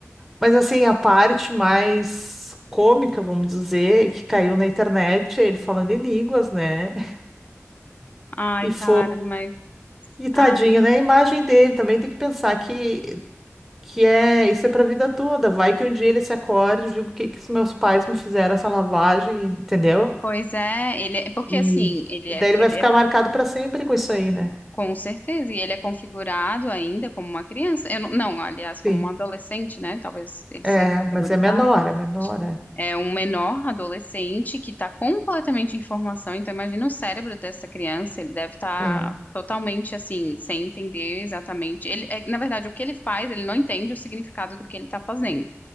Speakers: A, in the centre; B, on the left (about 35°).
A: Mas assim, a parte mais cômica, vamos dizer, que caiu na internet, é ele falando em línguas, né? <laughs>
B: Ai,
A: E
B: cara,
A: foi.
B: mas.
A: E tadinho,
B: ai,
A: né? A imagem dele também tem que pensar que Que é, isso é pra vida toda. Vai que um dia ele se acorde e diga o que que os meus pais me fizeram essa lavagem, entendeu?
B: Pois é, ele é porque
A: E,
B: assim, ele
A: e
B: é,
A: daí ele
B: ele
A: vai ficar
B: é
A: marcado pra sempre com isso aí, né?
B: com certeza, e ele é configurado ainda como uma criança. Eu não, não, aliás, como
A: Sim.
B: um adolescente, né? Talvez ele seja
A: É,
B: categorizado.
A: mas é menor, é menor, é.
B: É um menor adolescente que está completamente em formação. Então, imagina o cérebro dessa criança, ele deve estar
A: É.
B: totalmente assim, sem entender exatamente. Ele, é, na verdade, o que ele faz, ele não entende o significado do que ele está fazendo,